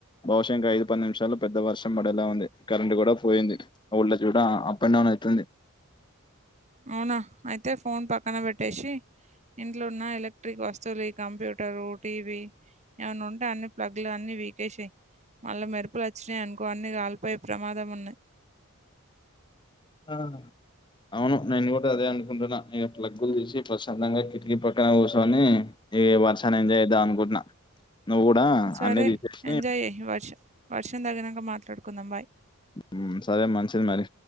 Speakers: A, on the left; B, on the right.
A: బహుశా ఇంక ఐదు పది నిమిషాలు పెద్ద వర్షం పడేలా ఉంది కరెంట్ గూడా పోయింది వాల్టెజ్ కూడా ఆ అప్పేండౌన్ అయితుంది
B: అవున అయితే ఫోన్ పక్కన పెట్టేసి ఇంట్లో ఉన్న ఎలక్ట్రిక్ వస్తువులు ఈ కంప్యూటరు టీవీ ఏమన్నుంటే అన్ని ప్లగ్లు అన్ని పీకేసేయ్ మళ్ళ మెరుపులు వచ్చినయనుకో అన్ని కాలిపోయే ప్రమాదం ఉన్నాయి
A: ఆ అవును నేను కూడా అదే అనుకుంటున్నా ఇక ప్లగ్గులు తీసి ప్రశాంతంగా కిటికీ పక్కన కూసొని ఇ వర్షాన్ని ఎంజాయ్ జేద్దాం అనుకుంటున్నా నువ్వు కూడా
B: సరే
A: అన్ని తీసేసి
B: ఎంజాయ్ చేయి వర్ష వర్షం తగినక మాట్లాడుకుందం బాయ్
A: ఉమ్ సరే మంచిది మరి